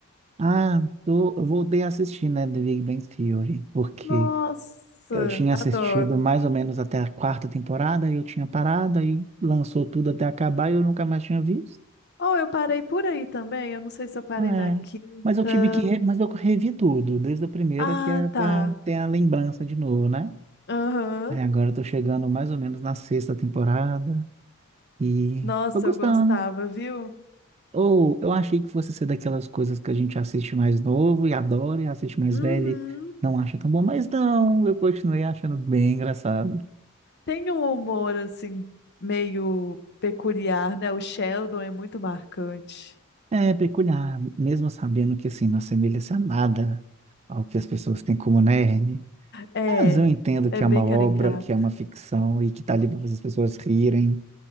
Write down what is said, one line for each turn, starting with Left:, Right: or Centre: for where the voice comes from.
Right: Ah, tô, eu voltei a assistir, né, The Big Bang Theory, porque
Left: Nossa,
Right: eu tinha
Left: adoro.
Right: assistido mais ou menos até a quarta temporada, e eu tinha parado, aí lançou tudo até acabar e eu nunca mais tinha visto.
Left: Oh, eu parei por aí também. Eu não sei se eu parei
Right: É,
Left: na quinta.
Right: mas eu tive que, re- mas eu revi tudo, desde a primeira,
Left: Ah,
Right: que é pra
Left: tá.
Right: ter a lembrança de novo, né?
Left: Aham.
Right: Aí agora eu tô chegando mais ou menos na sexta temporada, e
Left: Nossa,
Right: tô gostando,
Left: eu gostava, viu?
Right: Ou eu achei que fosse ser daquelas coisas que a gente assiste mais novo e adora, e assiste mais
Left: Uhum.
Right: velho e não acha tão bom, mas não, eu continuei achando bem engraçado.
Left: Tem um humor, assim, meio peculiar, né? O Sheldon é muito marcante.
Right: É peculiar, mesmo sabendo que assim, não assemelha-se a nada ao que as pessoas têm como nerd.
Left: É,
Right: Mas eu entendo
Left: é
Right: que
Left: bem
Right: é uma
Left: caricato.
Right: obra, que é uma ficção e que tá ali para fazer as pessoas rirem,